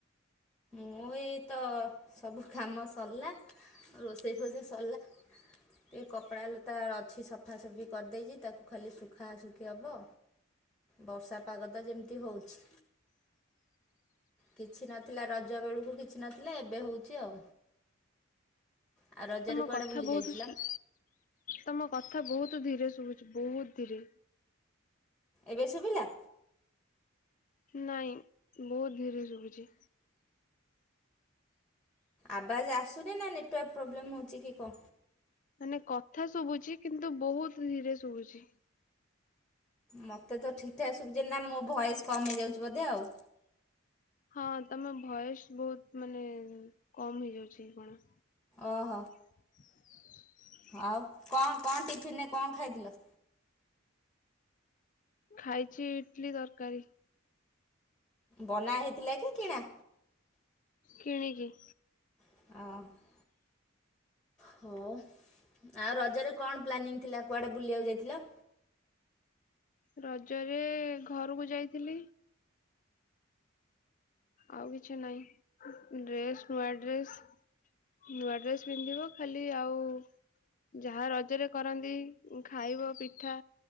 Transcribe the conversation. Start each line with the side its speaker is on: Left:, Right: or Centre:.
Centre: ମୁଁ ଏଇ ତ ସବୁ କାମ ସରିଲା ରୋଷେଇ ଫୋଷେଇ ସରିଲା। ଏଇ କପଡ଼ା ଲୁତା ଅଛି ସଫାସଫି କରିଦେଇଚି ତାକୁ ଖାଲି ଶୁଖାଶୁଖି ହବ। ବର୍ଷା ପାଗ ତ ଯେମିତି ହୋଉଛି। କିଛି ନଥିଲା ରଜ ବେଳୁ କୁ କିଛି ନଥିଲା, ଏବେ ହଉଛି ଆଉ। ଆଉ ରଜରେ
Left: ତମ
Centre: କୁଆଡ଼େ
Left: କଥା
Centre: ବୁଲି
Left: ବହୁତୁ
Centre: ଯାଇଥିଲ?
Left: ସ୍ଲୋ। ତମ କଥା ବହୁତୁ ଧୀରେ ଶୁଭୁଛି ବହୁତ୍ ଧୀରେ।
Centre: ଏବେ ଶୁଭିଲା?
Left: ନାଇଁ। ବୋହୁତ୍ ଧୀରେ ଶୁଭୁଛି।
Centre: ଆବାଜ୍ ଆସୁନି, ନା ନେଟୱାର୍କ ପ୍ରୋବ୍ଲେମ୍ ହଉଛି କି କଁ।
Left: ମାନେ କଥା ଶୁଭୁଛି। କିନ୍ତୁ ବହୁତ୍ ଧୀରେ ଶୁଭୁଛି।
Centre: ମତେ ତ ଠିକ୍ ଠାକ୍ ଶୁଭୁଚି। ନା ମୋ ଭଏସ୍ କମ୍ ହେଇଯାଉଚି ବୋଧେ ଆଉ।
Left: ହଁଅଁ। ତମ ଭଏସ୍ ବହୁତ୍ ମାନେ କମ୍ ହେଇଯାଉଛି କି କଣ?
Centre: ଓହ।
Left: <unintelligible>
Centre: ଆଉ କଣ କଣ ଟିଫିନ୍ ରେ କଣ ଖାଇଥିଲ?
Left: ଖାଇଚି ଇଡ୍ଲି ତରକାରୀ।
Centre: ବନା ହେଇଥିଲା କି କିଣା?
Left: କିଣିକି।
Centre: <unintelligible> ହଉ ଆଉ ରଜରେ କଣ ପ୍ଲାନିଂ ଥିଲା କୁଆଡେ ବୁଲିଆକୁ ଯାଇଥିଲ?
Left: ରଜରେ ଘରୁକୁ ଯାଇଥିଲି। ଆଉ କିଛି ନାଇଁ ଡ୍ରେସ୍ ନୂଆ ଡ୍ରେସ୍। ନୂଆ ଡ୍ରେସ୍ ପିନ୍ଧିବ ଖାଲି ଆଉ। ଯାହା ରଜରେ କରନ୍ତି ଖାଇବ ପିଠା